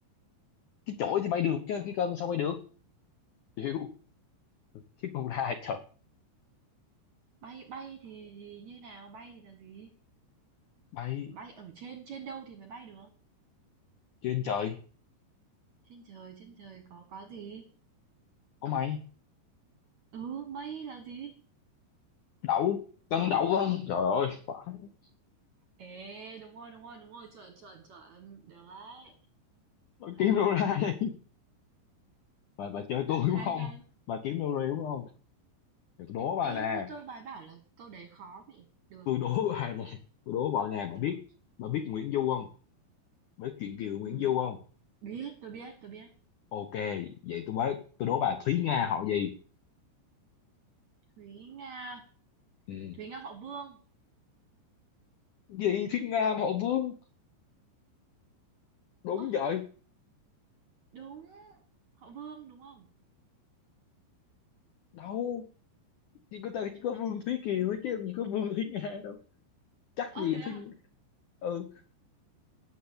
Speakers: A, on the left; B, on the right.
A: cái chổi thì bay được chứ
B: đúng.
A: cái cân sao bay được chịu cái con la trời
B: Bay bay thì thì như nào? Bay thì là gì?
A: bay
B: Bay ở trên trên đâu thì mới bay được?
A: trên trời
B: Trên trời, trên trời có có gì?
A: có mày
B: Ừ, mây là gì?
A: đậu cân đậu vân trời ơi phải
B: Ê, đúng rồi, đúng rồi, đúng rồi, chuẩn, chuẩn, chuẩn, được đấy.
A: bà
B: Hay,
A: kiếm
B: hay,
A: đâu ra
B: hay,
A: đây bà, bà chơi tôi đúng
B: hay,
A: không
B: hay.
A: bà kiếm đâu ra đúng không Để tôi đố bà
B: Ê,
A: nè
B: thì tôi bài bảo là câu đấy khó mẹ. Được,
A: tôi
B: được,
A: đố bà nè tôi đố bà nè bà
B: được.
A: biết bà biết Nguyễn Du không với chuyện Kiều Nguyễn
B: Ừm,
A: Du không
B: biết, tôi biết, tôi biết.
A: ok vậy tôi bác tôi đố bà Thúy Nga họ gì
B: Thúy Nga,
A: ừ.
B: Thúy Nga họ Vương.
A: gì Thúy Nga mà họ Vương đúng
B: Ơ,
A: vậy
B: đúng, họ Vương đúng không?
A: đâu chỉ có ta chỉ có Vương Thúy Kiều thôi chứ làm gì có Vương Thúy Nga đâu chắc
B: Ờ,
A: gì
B: thế
A: Thúy
B: à?
A: ừ